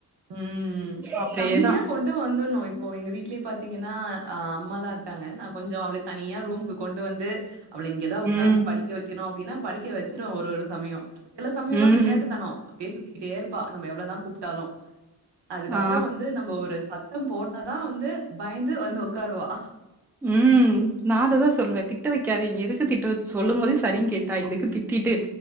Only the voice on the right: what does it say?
ம்
தனியா கொண்டு வந்துர்ணு இப்போ எங்க வீட்லே பாத்தீங்கன்னா அ அம்மாலா இருக்காங்க நா கொஞ்சோ அவ்ள தனியா ரூம்க்கு கொண்டு வந்து அவள இங்க தா உக்காந்து
படிக்க வைக்கணு அப்டின்னா படிக்க வச்சருவ ஒரு ஒரு சமயோ சில சமையோல்லா
விளையாட்டுத்தனோ அப்டியே சுத்திக்கிட்டே இருப்பா நம்ம எவ்ளதா கூப்ட்டாலு அதுகப்றோ
வந்து நம்ம ஒரு சத்தம் போட்டாதா வந்து பயந்து வந்து உக்காருவா